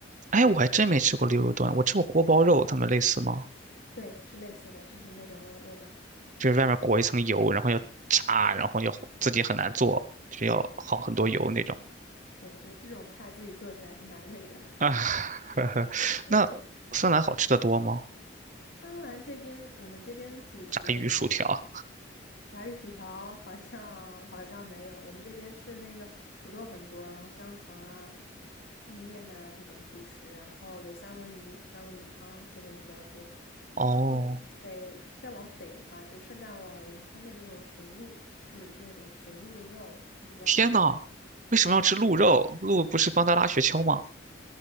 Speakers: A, on the right; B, on the left.
A: 哎，我还真没吃过溜肉段，我吃过锅包肉，它们类似吗？
B: <laughs> 对，是类似的，就是那种味味道。
A: 就是外面裹一层油，然后要炸，然后要自己很难做，就是要好很多油那种。
B: 对对，就这种菜自己做起来是蛮累的。
A: 啊，<laughs> 呵呵，
B: <laughs> 那个
A: 那芬兰好吃的多吗？
B: 芬兰这边，我们这边主食的话。
A: 炸鱼薯条。
B: 炸鱼薯条好像 <laughs> 好像没有，我们这边是那个土豆很多，然后香肠啊、意面呐、这种主食，然后有三文鱼、三文鱼汤这边就比较多。
A: 哦，
B: 然后北再往北的话，就圣诞老人村那边有驯鹿，就是那种驯鹿的肉，它就比较柴柴，
A: 天呐，为什么要吃鹿肉？鹿不是帮他拉雪橇吗？